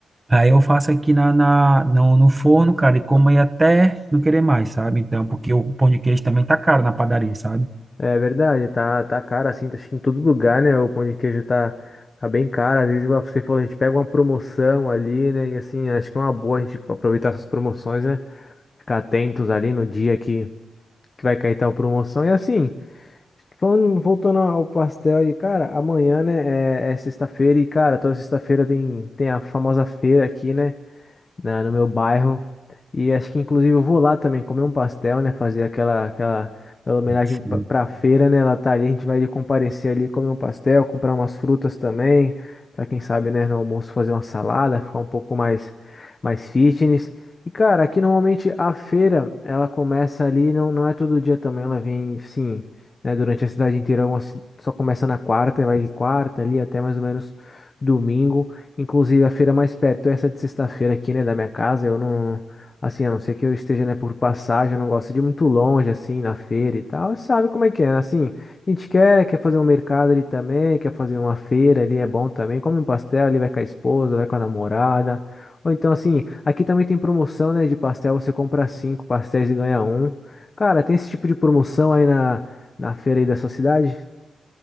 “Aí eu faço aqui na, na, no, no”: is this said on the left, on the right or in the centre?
Right